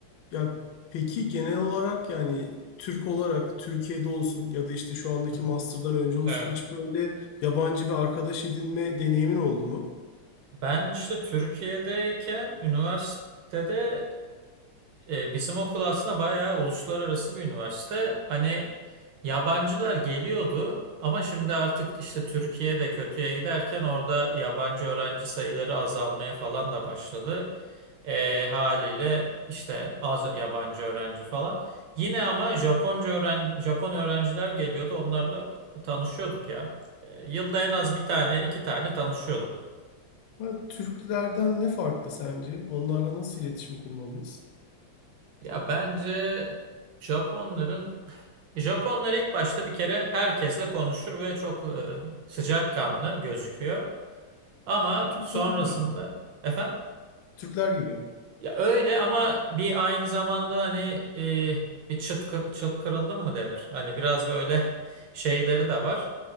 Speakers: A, on the left; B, on the right.
A: Ya peki genel olarak yani Türk olarak Türkiye'de olsun ya da işte şu andaki
B: Hı hı.
A: master'dan önce olsun
B: Evet.
A: hiç böyle yabancı bir arkadaş edinme deneyimin oldu mu?
B: Ben işte Türkiye'deyken üniversitede e, bizim okul aslında bayağı uluslararası bir üniversite. Hani yabancılar geliyordu ama şimdi artık işte Türkiye'de de kötüye giderken orada yabancı öğrenci sayıları azalmaya falan da başladı. E, haliyle işte az yabancı öğrenci falan. Yine ama Japonca öğren Japon öğrenciler geliyordu. Onlarla tanışıyorduk ya. E, yılda en az bir tane, iki tane tanışıyordum.
A: Ha, Türklerden ne farklı sence? Onlarla nasıl iletişim kurmalıyız?
B: Ya bence Japonların Japonlar ilk başta bir kere herkesle konuşur ve çok e, sıcakkanlı gözüküyor. Ama
A: Türkler
B: sonrasında
A: gibi.
B: efendim
A: Türkler gibi.
B: Ya öyle ama bir aynı zamanda hani e, bir çıt, kır, çıt kırıldın mı denir. Hani biraz böyle <laughs> şeyleri de var.